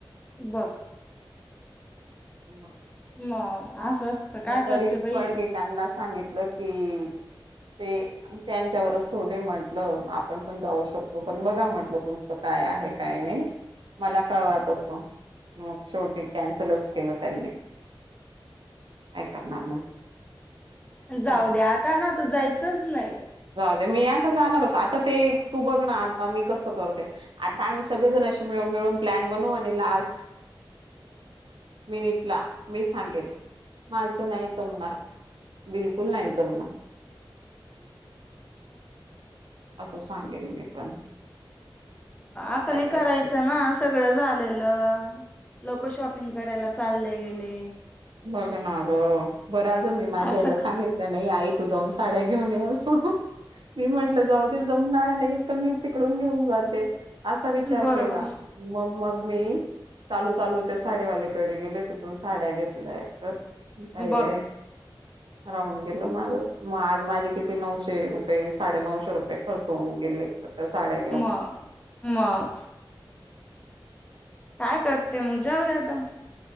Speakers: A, on the left (about 15°); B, on the right (about 70°).
A: बग.
B: <unintelligible>
A: मग असं असतं काय
B: मग
A: करते
B: तरी
A: बाई
B: पण मी त्यांना सांगितलं की, ते, त्यांच्यावरच थोडे म्हटलं आपण पण जाऊ शकतो पण बघा म्हटल तुमचं काय? काय आहे काय नाही मला कळवा तसं. मग शेवटी कॅन्सलच केलं त्यांनी.
A: <inaudible>
B: काय करणार मग.
A: जाऊ
B: हम्म
A: द्या आता ना तू जायचंच नाही.
B: नाय मी आता जाणारच, आता ते तू बघ ना आता मी कसं करते, आता आम्ही सगळेजण अशे मिळून ळून प्लान बनवू आणि लास्ट
A: <inaudible>
B: मिनिट ला, मी सांगेल माझं नाही जमणार. बिलकुल नाही जमणार असं सांगणारे मी पण.
A: असं
B: काय
A: नाही करायचं
B: करते.
A: ना सगळं झालेलं लो कं शॉपिंग करायला चालले गेले.
B: बघ ना ग, बरं अजून मी माझ्या
A: असं
B: आईला सांगितलं नाही आई तू जाऊन साड्या घेऊन ये असं, मी म्हंटलं जाऊ दे जमणार नाही. तर मी तिकडून घेऊन जाते. असा विचार
A: बरोबर
B: केला, मग मग मी चालू चालू ते साडीवाल्याकडे गेले तिथून साड्या घेतल्या एकतर, घाई
A: बघ
B: घाईत.
A: <inaudible>
B: राहून गेलं माझं, मग आज माझे किती नऊशे रुपये साडे नऊशे रुपये खर्च होऊन गेले. त्या साड्या घेऊन
A: मग, मग काय करते मग जाऊ दे आता.